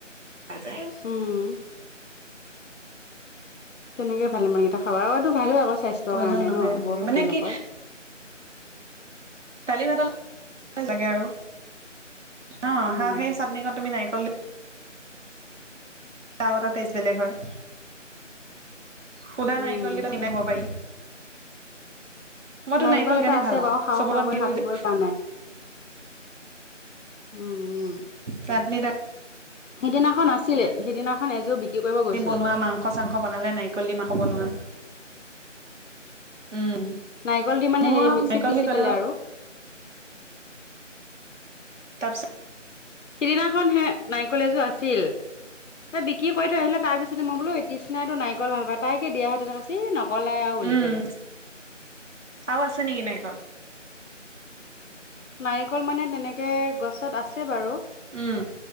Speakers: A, on the right; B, on the left.
A: যায়
B: হম তেনেকে ভালে মানেকেইটা খাব আৰুতটো ভাল আকৌ স্বাস্থ্যৰ
A: প্ৰয়োজন
B: কাৰণে
A: নহয়
B: ন একো ক্ষতি
A: মানে কি
B: নকয়
A: দালি ভাতল লাগে আৰু অ
B: উম
A: হাঁ সেই চাটনিখনত তুমি নাৰিকল দি তা এটা টেষ্ট বেলেগ হয় সুধা
B: উম
A: নাৰিকল দি কিনিব পাৰি মইতো
B: নাৰিকল এটা
A: সেইকাৰণে
B: আছে
A: ভাল পাওঁ
B: বাৰু খাহ
A: চবৰ
B: খওকৈ
A: লগত মিলো
B: কাটিবই
A: যে
B: পৰা নাই উম উম
A: চাটনি
B: সিদিনাখন আছিলে সেইদিনাখন এযোৰ বিক্ৰী কৰিব গৈছিল
A: বনোৱা মাংস চাংস বনালে নাৰিকল দি মাংস বনোৱা উম
B: নাৰিকল দি মানে
A: মই
B: হে
A: আৰু
B: মিক্সিত
A: নাৰিকল
B: পিচি
A: দি ক'লে
B: পেলাই আৰু
A: তাতিছ
B: সিদিনাখন হে নাৰিকলেজো আছিল তই বিক্ৰী কৰি থ আহিল তাৰ পিছতে মই বোলো ইতিষ্াইো নাৰিকল ভাল পাই তাইকেিয়াহে তেনেকুৱাি নক কলোই আৰু উ
A: উম
B: পেলাই
A: আৰু আছে নেকি নাৰিকল
B: নাৰিকল মানে তেনেকে গছত আছে বাৰু
A: উম